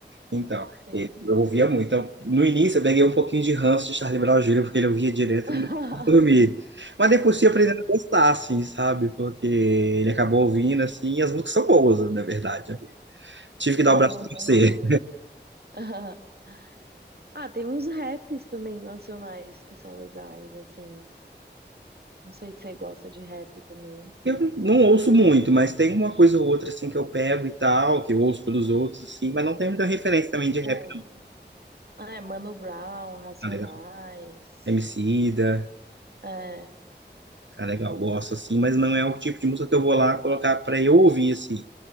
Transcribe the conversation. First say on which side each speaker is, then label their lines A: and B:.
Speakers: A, on the right (about 75°); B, on the right (about 55°).
A: então,
B: Sim.
A: ele- eu ouvia muito. Então, no início, eu peguei um pouquinho de ranço de Charlie Brown Jr., porque ele ouvia direto
B: <laughs>
A: no dormir. Mas depois fui aprendendo a gostar, assim, sabe? Porque ele acabou ouvindo, assim, e as músicas são boas, na verdade. Tive que dar
B: São,
A: o braço a torcer.
B: são boas. <laughs> Ah, tem uns raps também nacionais que são legais, assim. Não sei se você gosta de rap também.
A: Eu não ouço muito, mas tem uma coisa ou outra, assim, que eu pego e tal, que eu ouço pelos outros, assim, mas não tem muita referência também
B: Tipo,
A: de rap,
B: é, Mano Brown, Racionais.
A: não, tá ligado? Emicida,
B: É,
A: tá legal, gosto, assim, mas não é o tipo de música que eu vou lá colocar pra eu ouvir, assim.